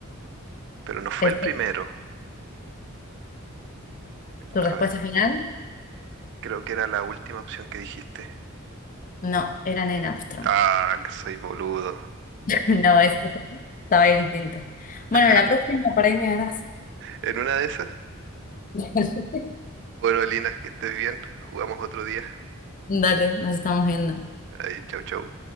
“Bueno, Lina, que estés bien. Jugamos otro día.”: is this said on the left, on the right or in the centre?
Right